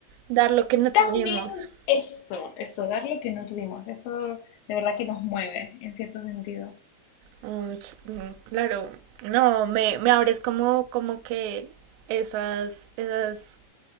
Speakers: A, on the right (about 85°); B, on the left (about 75°).
A: dar lo que no tuvimos.
B: también eso, eso, dar lo que no tuvimos. Eso de verdad que nos mueve en cierto sentido.
A: Uy, mm, claro, no, me, me abres como, como que esas, esas